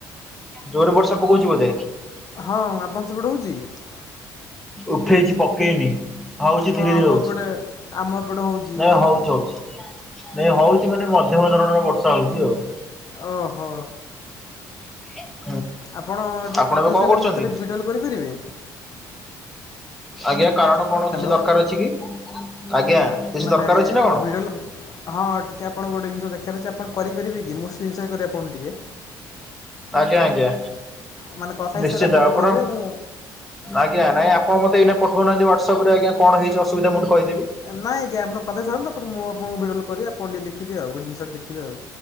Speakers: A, in the centre; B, on the left.
A: ଜୋରେ ବର୍ଷା ପକଉଚ଼ି ବୋଧେ?
B: ହଁ ଆପଣ ସେପଟେ ହେଉଛି ଅ,
A: ଉଠେଇଚ଼ି ପକେଇନି। ହଉଚ଼ି ଧୀରେ
B: ଆମ
A: ଧୀରେ ହଉଚ଼ି
B: ଏପଟେ ଆମ ଏପଟେ ହେଉଛି
A: ନାଇଁ
B: ଜୋରେ
A: ହଉଚ଼ି ହଉଚ଼ି। ନାଇଁ ହଉଚ଼ି ମାନେ ମଧ୍ୟମ ଧରଣର ବର୍ଷା ହଉଚ଼ି ଆଉ।
B: ଓ ହୋ।
A: <inaudible>
B: ଆପଣ ଟିକ୍
A: ଆପଣ
B: କଥା
A: ଏବେ କଣ
B: ହେଇ ସାଇଲେ,
A: କରୁଛନ୍ତି?
B: ମୋତେ ଟିକେ ଭିଡିଓ କଲ କରିପାରିବେ?
A: ଆଜ୍ଞା କାରଣ କଣ
B: ହ୍ୟାଲୋ
A: କିଛି ଦରକାର ଅଛି କି? ଆଜ୍ଞା କିଛି
B: ମାନେ
A: ଦରକାର ଅଛି ନା କଣ?
B: ଭିଡେଲ୍ ହଁ ଟିକେ ଆପଣ ଗୋଟେ ଜିନିଷ ଦେଖେୟାର ଅଛି। ଆପଣ କରିପାରିବେ କି, ମୁଁ ସ୍କ୍ରିନ ଶେୟାର କରି ଆପଣଙ୍କୁ ଟିକେ?
A: ଆଜ୍ଞା ଆଜ୍ଞା
B: ମାନେ କଥା ହେଇସାରିଲେ
A: ନିଶ୍ଚିତ
B: ଟିକେ
A: ଆପଣ
B: କରିବେ ମୁଁ
A: ଆଜ୍ଞା ନାଇ ଆ ଆପଣ ମତେ ଏଇନା ପଠଉ ନାହାନ୍ତି ହ୍ୱାଟ୍ସପରେ, ଅଜ୍ଞା କଣ ହେଇଚ଼ି ଅସୁବିଧା ମୁଁ କହି
B: ନା ଆଜ୍ଞା ଆପଣ କଥା ହେଇ ସାରନ୍ତୁ, ତାପରେ ମୁଁ ଆପଣଙ୍କୁ ଭିଡିଓ କଲ କରିବି ଆପ୍ ଫୋନ୍ ଟିକେ ଦେଖିବି ଆଉ, ଗୋଟେ ଜିନିଷ ଦେଖିବେ ଆଉ